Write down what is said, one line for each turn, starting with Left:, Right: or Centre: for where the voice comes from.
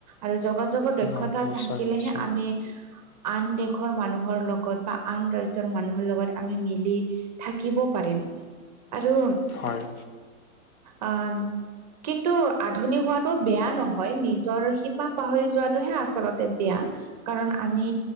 Right: আৰু যোগাযোগৰ
Left: হয়
Right: দক্ষ দক্ষতা
Left: নিশ্চয়
Right: থাকিলেহে,
Left: নিশ্চয়
Right: আমি আন দেশৰ মানুহ মানুহৰ লগত বা আন ৰাজ্য মানুহৰ লগত, আমি মিলি থাকিব পাৰিম। আৰু
Left: হয়!
Right: আঁ কিন্তু, আধুনিক হোৱাটো বেয়া নহয়। নিজৰ শিপা পাহৰি যোৱাটোহে, আচলতে বেয়া। কাৰণ, আমি